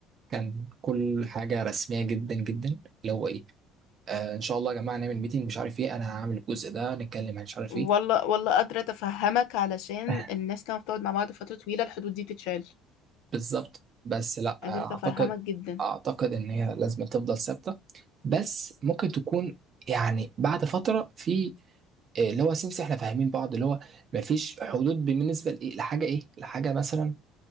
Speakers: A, on the right (about 40°); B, on the left (about 65°).
A: كان كل حاجة رسمية جدا جدا اللي هو ايه آه ان شاء الله يا جماعة نعمل ميتنج مش عارف ايه انا هعمل الجزء ده نتكلم عن مش عارف
B: والله
A: ايه
B: والله قادرة أتفهمك علشان
A: <laughs>
B: الناس لما بتقعد مع بعض فترة طويلة الحدود دي تتشال
A: بالظبط بس لا
B: قادرة أتفهمك
A: اعتقد
B: جدا
A: اعتقد ان هي لازم تفضل ثابتة بس ممكن تكون يعني بعد فترة في آه، اللي هو سمسم احنا فاهمين بعض اللي هو مفيش حدود بالنسبة لايه لحاجة ايه لحاجة مثلا